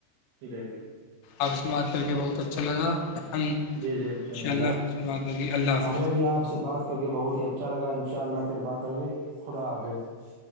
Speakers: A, on the right; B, on the left.
A: جی جی
B: آپ سے بات کر کے بہت اچھا لگا ہم ان
A: جی جی انشاء
B: شاء
A: اللہ
B: آپ سے بات ہوگی اللہ حافظ
A: ہمیں بھی آپ سے بات کیکہ بہت ہی اچھا لگا ان شاء اللہ پھر بات ہوگئی خدا حافظ